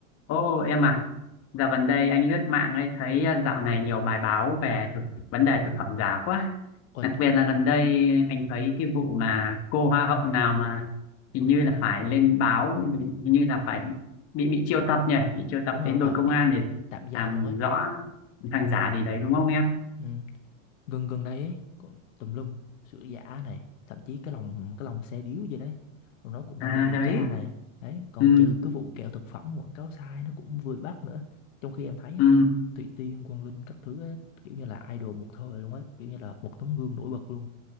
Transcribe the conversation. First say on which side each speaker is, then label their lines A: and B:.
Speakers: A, on the left (about 35°); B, on the left (about 75°).
A: Ô em à, dạo gần đây anh lướt mạng ấy thấy à, dạo này nhiều bài báo về thực, vấn đề thực phẩm giả quá.
B: Ôi,
A: Đặc biệt là gần đây anh thấy cái vụ mà cô hoa hậu nào mà hình như là phải lên báo, hình như là phải bị bị triệu tập nhỉ, bị triệu tập
B: đúng rồi,
A: đến
B: đúng
A: đồn
B: rồi,
A: công
B: bị
A: an để
B: tạm giam
A: làm
B: luôn ấy.
A: rõ hàng giả gì đấy đúng không em?
B: Ừ. Gần gần đây ấy, cũng tùm lum, sữa giả này, thậm chí cái lòng cái lòng xe điếu gì đấy, rồi nó cũng
A: À
B: đang bị điều
A: đấy,
B: tra này. Đấy, còn
A: ừ,
B: trừ cái vụ kẹo thực phẩm quảng cáo sai nó cũng vừa bị bắt nữa. Trong khi em thấy á,
A: ừ,
B: Thủy Tiên, Quang Linh các thứ ấy, kiểu như là idol một thời luôn ấy, kiểu như là một tấm gương nổi bật luôn.